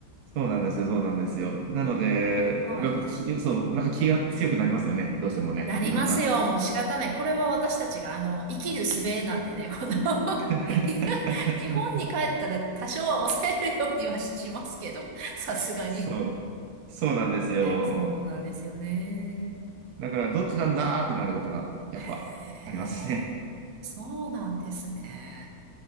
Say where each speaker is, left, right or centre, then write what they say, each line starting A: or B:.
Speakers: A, on the right (about 85°); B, on the right (about 70°).
A: そうなんですよ、そうなんですよ。なので、
B: はい。
A: やっぱき、そう、なんか気が強くなりますよね、どうしてもね、
B: なりますよ、
A: いろんな。
B: もう仕方ない。これは私たちが、あの、生きる術なんでね、この <laughs>
A: <laughs>
B: 日本に帰ったら多少は抑えるようにはしますけど、さすがに。
A: そう、そうなんですよ。
B: そうなんですよね。
A: だから、どっちなんだーってなることが、やっぱ、
B: へ
A: ありますね。
B: え、そうなんですね。